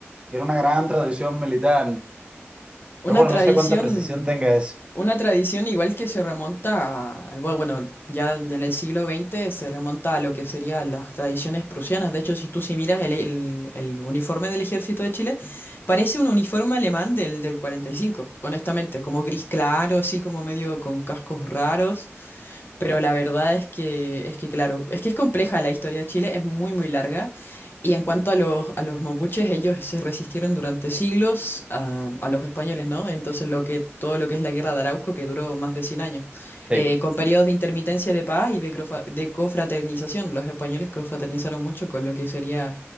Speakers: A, on the right (about 20°); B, on the left (about 50°).
A: era una gran tradición militar
B: una
A: Pero bueno,
B: tradición,
A: no sé cuánta precisión tenga eso.
B: una tradición igual que se remonta a- al, bu- bueno, ya en el siglo XX se remonta a lo que serían las tradiciones prusianas. De hecho, si tú si miras el, el- el uniforme del ejército de Chile, parece un uniforme alemán del, del 45 honestamente, como gris claro, así como medio con cascos raros. Pero la verdad es que, es que claro, es que es compleja la historia de Chile, es muy, muy larga. Y en cuanto a los, a los mapuches, ellos se resistieron durante siglos a, a los españoles, ¿no? Entonces lo que, todo lo que es la guerra de Arauco, que duró más de 100 años,
A: Sí.
B: eh, con periodos de intermitencia de paz y de, crofa- de cofraternización. Los españoles cofraternizaron mucho con lo que sería